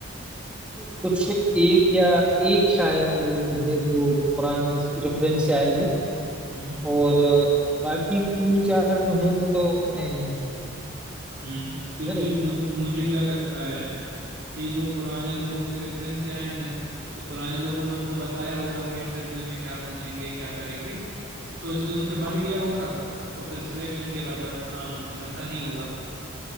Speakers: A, in the centre; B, on the right.
A: नहीं कुछ एक या एक शायद लड़की है जो पुराने रेफरेंस से आई है
B: हम्म
A: और बाकी तीन चार जो हैं वो तो नए ही हैं
B: हम्म क्योंकि
A: है ना
B: मु- मुझे क्या लगता है कि जो पुराने लोगों के रेफरेंस से आए हैं ना तो पुराने लोगों ने उनको बताया होगा कि इंटरव्यू में क्या पूछेंगे क्या करेंगे तो इसलिए उनसे बन
A: हाँ
B: गया होगा और फिर सिलेक्शन के बाद अब काम उनसे बनता नहीं होगा